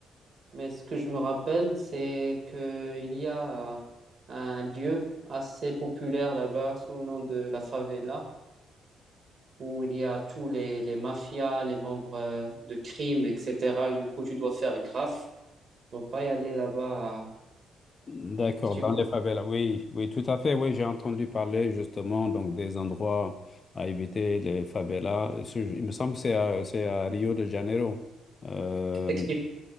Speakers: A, on the right; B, on the left.
A: mais ce que je me rappelle, c'est qu'il y a euh, un lieu assez populaire là-bas sous le nom de la favela, où il y a tous les, les mafias, les membres euh, de crimes, etc. Du coup, tu dois faire gaffe. ne pas y aller là-bas. euh,
B: D'accord,
A: si
B: dans
A: tu
B: les favelas, oui, oui, tout à fait, oui, j'ai entendu parler justement donc des endroits à éviter, les favelas. Ce- Il me semble que c'est à, c'est à Rio de Janeiro. Euh,
A: peux.